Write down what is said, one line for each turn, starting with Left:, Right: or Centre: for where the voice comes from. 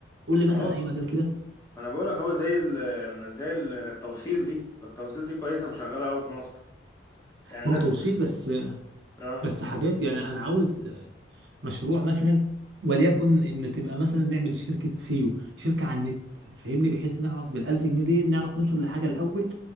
Right: قول لي مثلا
Left: أهو
Right: اي مجال كده
Left: ما أنا بقولك أهو زي ال زي التوصيل دي فالتوصيل دي كويسة وشغالة أوي في مصر يعني الناس
Right: ما هو توصيل بس
Left: أه
Right: بس حاجات يعني انا عاوز مشروع مثلا وليكن ان تبقى مثلا نعمل شركه سيو شركه على النت فاهمني بحيث نعرف بالالف جنيه دي نعرف نوصل لحاجه الاول